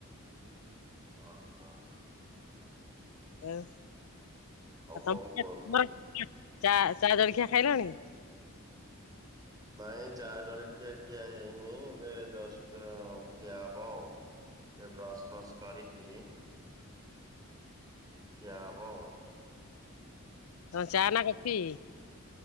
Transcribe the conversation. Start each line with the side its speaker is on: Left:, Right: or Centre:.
Right: ଓ ହୋ।
Left: ଆଉ
Right: ଆଉ
Left: ଆପଣ
Right: କଣ
Left: <unintelligible>
Right: କୁହନ୍ତୁ?
Left: ଚା ଚା ଜଳଖିଆ ଖାଇଲଣି?
Right: ନାଇଁ ଚା ଜଳଖିଆ ଖିଆ ହେଇନି ଏବେ ଜଷ୍ଟ ଖିଆ ହବ ଏବେ ବ୍ରସ୍ ଫ୍ରସ୍ କରିକି ଖିଆ ହବ।
Left: ଚା ନା କଫି।